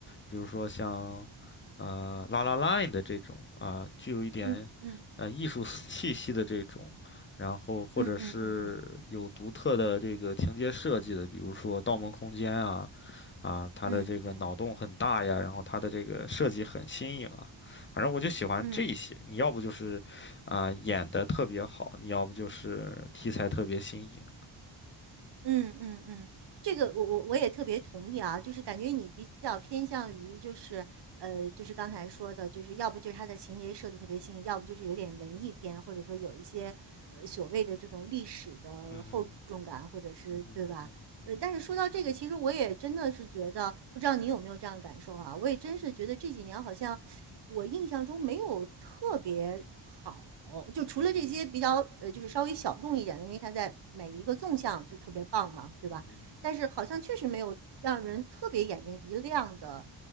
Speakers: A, on the left; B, on the right.
A: 比如说像，啊、拉拉 La n d 的这种啊、具有一点，
B: 嗯嗯
A: 呃，艺术气息的这种，然后或者是有独特的这个情节设计的，
B: 嗯嗯嗯嗯
A: 比如说《盗梦空间》啊，啊，它的这个脑洞很大呀，
B: 嗯嗯
A: 然后它的这个设计很新颖啊，反正我就喜欢这些。
B: 嗯
A: 你要不就是，啊、演的特别好，你要不就是题材特别新颖，
B: 嗯嗯嗯这个我我我也特别同意啊，就是感觉你比较偏向于就是呃，就是刚才说的，就是要不就是它的情节设计特别新颖，要不就是有点文艺片，或者说有一些呃所谓的这种历史的厚重感，
A: 嗯哼。
B: 或者是对吧？
A: 嗯哼，嗯哼，
B: 呃，但是说到这个，其实我也真的是觉得，不知道你有没有这样的感受啊？我也真是觉得这几年好像我印象中没有特别。好。哦，就除了这些比较呃，
A: 嗯哼，
B: 就是稍微小众一点的，因为它在每一个纵向就特别棒嘛，对吧？
A: 嗯哼，
B: 但是好像确实没有让人特别眼睛一亮的